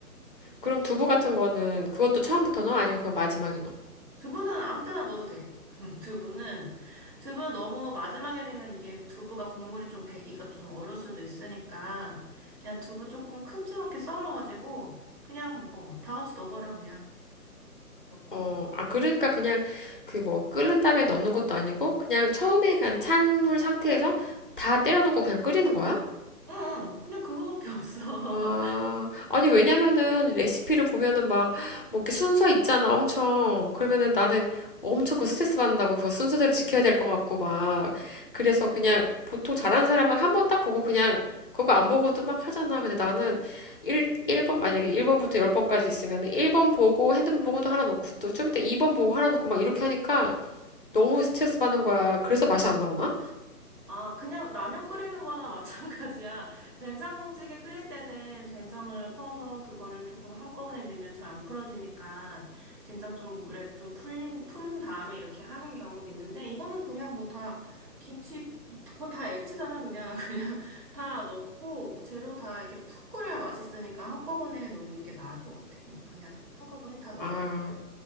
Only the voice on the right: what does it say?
두부는 아무 때나 넣어도 돼. <laughs> 두부는, 두부 너무 마지막에 되면 이게 두부가 국물이 좀 배기가 좀 어려울 수도 있으니까, 그냥 두부 조금 큼지막하게 썰어가지고, 그냥, 어, 다 같이 넣어버려, 그냥. 넣고.
응, 응, 그냥 그거밖에 없어.
아, 그냥 라면 끓이는 거나 <laughs> 마찬가지야. 된장찌개 끓일 때는 된장을 퍼서 그거를 조금 한꺼번에 넣으면 잘 안 풀어지니까 된장 좀 물에 좀 풀린, 푼 다음에 이렇게 하는 경우도 있는데 이거는 그냥 뭐 다 김치, 그거 다 액체잖아. 그냥, <laughs> 그냥 다 넣고 재료 다 이렇게 푹 끓여야 맛있으니까 한꺼번에 넣는 게 나을 것 같아. 응, 그냥 한꺼번에 다 넣어버려.
요